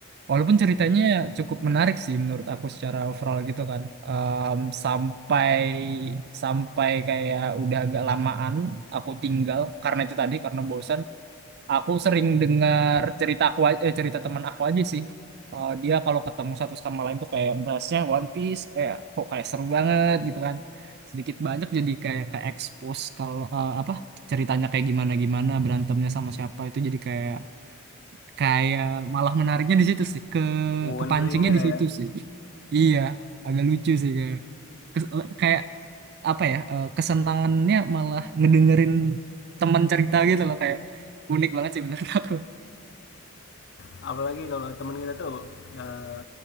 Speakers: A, on the right (about 50°); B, on the left (about 55°).
A: Walaupun ceritanya cukup menarik sih menurut aku secara overall gitu kan. Em, sampai sampai kayak udah agak lamaan aku tinggal karena itu tadi karena bosan. Aku sering dengar cerita aku a- eh, cerita teman aku aja sih. Eh, dia kalau ketemu satu sama lain tuh kayak bahasnya One Piece kayak kok kayak seru banget gitu kan. Sedikit banyak jadi kayak ke expose kalau eh, apa ceritanya kayak gimana gimana berantemnya sama siapa itu jadi kayak kayak malah menariknya di situ sih ke
B: wonderingnya
A: kepancingnya di situ
B: ya
A: sih iya agak lucu sih kayak kes- kayak apa ya eh, kesenangannya malah ngedengerin teman cerita gitu loh kayak unik banget sih menurut aku
B: apalagi kalau teman kita tuh eh,